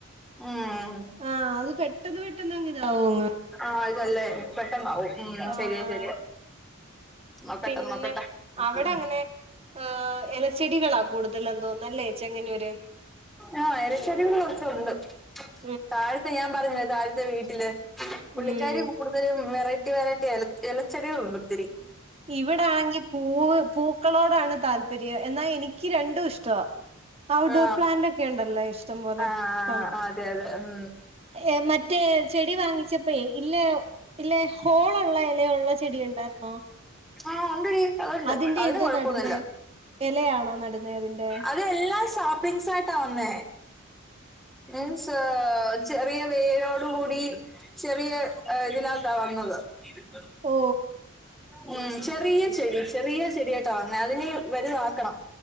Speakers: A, in the centre; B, on the right.
A: ഉും
B: ആഹ് അത് പെട്ടന്ന് പെട്ടെന്ന്ങ്ങ് ഇതാവോങ്ങ്
A: ആഹ് ഇതല്ലേ പെട്ടന്നാവും ഉും
B: ആഹ്
A: ശെരിയ ശെരിയ നോക്കട്ടെ
B: പിന്നെ
A: നോക്കട്ട? <unintelligible>
B: അവിടെ അങ്ങനെ ആഹ് ഇലച്ചെടികളാ കൂടുതലും തോന്നല്ലേ ചെങ്ങന്നൂര്
A: ആഹ ഇലച്ചടികൾ കൊറച്ചുണ്ട്
B: <inaudible>
A: താഴത്തെ ഞാൻ പറഞ്ഞില്ലേ? താഴത്തെ വീട്ടില് <inaudible> പുള്ളിക്കാരി
B: ഉം
A: കു കൂട്തലും വെറൈറ്റി വെറൈറ്റി എല എലച്ചെടികളുണ്ട് ഒത്തിരി.
B: ഇവിടാണെങ്കി പൂവ് പൂക്കളോടാണ് താല്പര്യം എന്നാ എനിക്ക് രണ്ടും ഇഷ്ടവാ ഔഡോർ
A: ആ
B: പ്ലാന്റ് ഒക്കെണ്ടല്ലോ ഇഷ്ടം പോലെ
A: ആ ആ
B: ഇപ്പം
A: അതെ അതെ ഉം
B: ഏ മറ്റേ ചെടി വാങ്ങി ചപ്പേ ഇല്ല ഇല്ലെ ഹോളുള്ളെ ഇല ഉള്ളെ ചെടി ഉണ്ടായിരുന്നോ?
A: ആഹ് ഉണ്ടേടി അത്ണ്ട്
B: അതിന്റെ
A: അത്
B: എന്തോ
A: കൊഴപ്പൊന്നുല്ല
B: നടുന്നേ ഇലയാണോ നടുന്നേ അതിന്റെ
A: അത് എല്ലാഷാപ്പിങ് സാ ട്ടാവന്നെ മീൻസ് ചെറിയ വേരോട് കൂടി ചെറിയ ഇതിനകത്താ വന്നത് <unintelligible>
B: ഓ
A: ഉും ചെറിയചെടി ചെറിയ ചെടിയാട്ടാവന്നെ അതിന് വലുതാക്കണം.